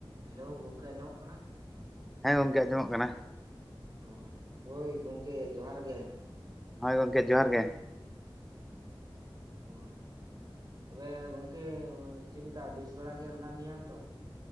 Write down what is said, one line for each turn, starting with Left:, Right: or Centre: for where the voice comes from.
Right: Hello ᱜᱚᱝᱠᱮ ᱟᱸᱡᱚᱢᱚᱜ ᱠᱟᱱᱟ
Centre: ᱦᱮᱸ ᱜᱚᱝᱠᱮ ᱟᱸᱡᱚᱢᱚᱜ ᱠᱟᱱᱟ
Right: ᱚ ᱦᱳᱭ ᱜᱚᱢᱠᱮ ᱡᱚᱦᱟᱨ ᱜᱮ
Centre: ᱦᱳᱭ ᱜᱚᱢᱠᱮ ᱡᱚᱦᱟᱨ ᱜᱮ
Right: ᱱᱚᱜᱼᱭ ᱛᱚᱵᱮ ᱜᱚᱝᱠᱮ ᱪᱮᱫ ᱞᱮᱠᱟ ᱵᱮᱥ ᱵᱟᱲᱟ ᱜᱮ ᱢᱮᱱᱟᱜ ᱢᱮᱭᱟ ᱛᱚ